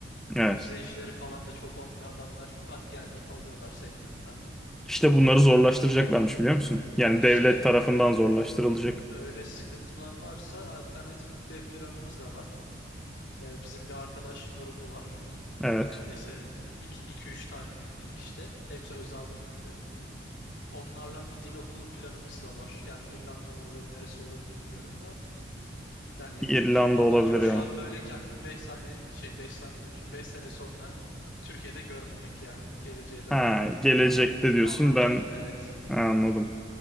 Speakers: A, in the centre; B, on the left (about 70°).
A: Evet.
B: Vize işleri falan da çok olmuyor. Adamlar hadi gel deyip alıyorlar senin yanına.
A: İşte bunları zorlaştıracaklarmış biliyor musun? Yani
B: Ha işte
A: devlet tarafından zorlaştırılacak.
B: öyle sıkıntılar varsa alternatif B planımız da var. E, bizim bir arkadaş grubu var.
A: Evet.
B: neredeyse iki üç tane ilk işte. Hepsi öz abim gibi. Onlarla bir dil okulu planımız da var. Yani İrlanda mı olur, neresi olur bilmiyorum da. Yani
A: İrlanda
B: ş- amacım
A: olabilir
B: şu
A: ya.
B: an böyle kendimi 5 saniye şey 5 saniye demişim. beş sene sonra Türkiye'de görmemek yani geleceğe dair.
A: Ha, gelecekte diyorsun
B: Amacım
A: ben
B: evet.
A: anladım.